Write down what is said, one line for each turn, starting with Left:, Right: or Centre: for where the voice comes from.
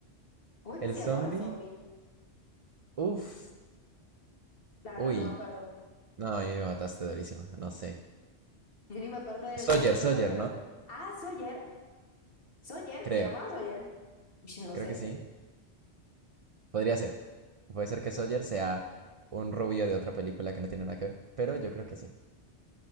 Left: ¿Cómo es
Right: El
Left: que se
Right: zombie,
Left: llamaba el zombie?
Right: uff,
Left: La verdad
Right: uy,
Left: no me acuerdo.
Right: no, a mí me mataste durísima, no sé.
Left: Yo ni me acuerdo de,
Right: Sawyer,
Left: de los
Right: Sawyer,
Left: nombres, pero...
Right: ¿no?
Left: es- Ah, Sawyer. Sawyer,
Right: Creo,
Left: se llamaba Sawyer. Ush, no
Right: creo
Left: sé.
Right: que sí. Podría ser. Puede ser que Sawyer sea un rubio de otra película que no tiene nada que ver, pero yo creo que sí.